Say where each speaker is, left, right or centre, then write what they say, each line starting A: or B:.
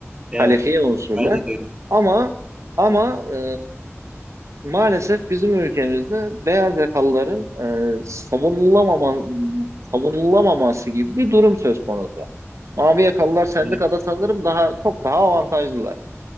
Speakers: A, on the right; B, on the right.
A: Evet.
B: Kalifiye unsurlar.
A: Bence de
B: Ama ama e, maalesef bizim ülkemizde beyaz yakalıların e, savunulamama, savunulamaması gibi bir durum söz konusu. Mavi yakalılar sendikada
A: öyle.
B: sanırım daha çok daha avantajlılar.